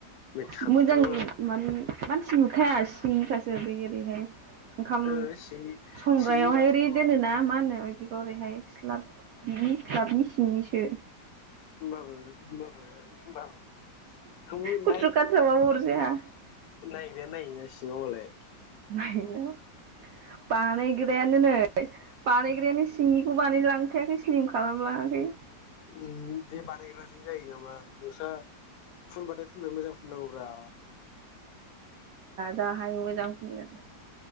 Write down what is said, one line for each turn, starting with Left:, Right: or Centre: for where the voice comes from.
Left: मेट्स हाबथारगौ
Right: मोजां माने मानसि नुखाया सिंनिखासो। जेरै ओरैहाय ओंखाम
Left: आं सिंनि
Right: संग्रायावहाय
Left: सिंनिबाबोथ'
Right: ओरै दोनोना मा होनो बेखौ बेखौ ओरैहाय स्लाब बिनि गाबनि सिंनिसो
Left: होमबाबो होमबाबो होमबाबो थांनि
Right: खुथ्रु-ख्राथ्रा बाबो अरजाया
Left: नायग्राया नायो ना सिङावहले
Right: आयो बानायग्रायानो नै बानायग्रायानो सिंनि बेखौ बानाय लांखायाखै स्लिम खालामलांआखै।
Left: उम बे बानायग्राजों जायो नामा नोंस्रा फुनबाथाय फुनबाय मोजां फुननांगौब्रा।
Right: जाहायो मोजां फुनगोन